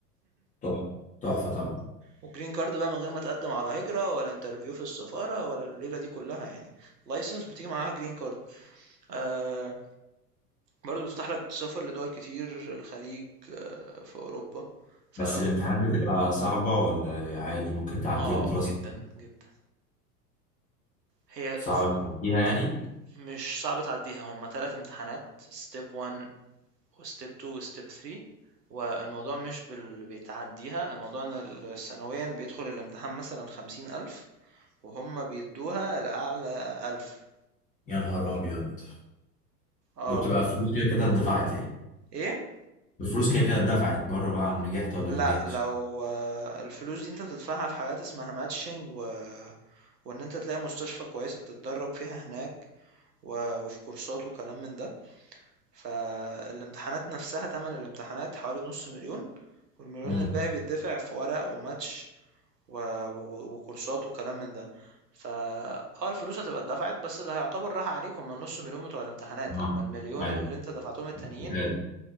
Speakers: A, on the left; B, on the right.
A: تحفه تحفه طبعا
B: والجرين كارد بقى من غير ما تقدم على هجرة ولا انترفيو في السفارة ولا الليلة دي كلها يعني لايسنس بتيجي معاها جرين كارد آه برضه بيفتح لك سفر لدول كتير الخليج آه، في أوروبا ف
A: بس الامتحانات بتبقى صعبة ولا عادي ممكن تعديها
B: اه
A: بدراسة
B: جدا جدا هي
A: صعبة
B: س-
A: تعديها يعني
B: ت- مش صعب تعديها هما تلات امتحانات ستيب 1 وستيب 2 وستيب 3 والموضوع مش بال... بيتعديها الموضوع ان ال- سنويا بيدخل الامتحان مثلا خمسين ألف وهم بيدوها الأعلى ألف
A: يا نهار ابيض
B: اه
A: وبتبقى فلوس كده كده اتدفعت يعني
B: ايه
A: الفلوس كده كده اتدفعت بره بقى عن نجحت ولا
B: لا
A: ما نجحتش
B: لو آه، الفلوس دي انت بتدفعها في حاجات اسمها ماتشنج و... وان انت تلاقي مستشفى كويسة تتدرب فيها هناك و- وفي كورسات وكلام من ده فالامتحانات نفسها تمن الامتحانات حوالي نص مليون والمليون
A: امم
B: الباقي بيدفع في ورق وماتش و... و... وكورسات وكلام من ده فا اه الفلوس هتبقى اتدفعت بس اللي هيعتبر راح عليك هما النص مليون بتوع الامتحانات اما
A: اه
B: المليون
A: ايوه
B: اللي انت دفعتهم التانيين
A: شهادة.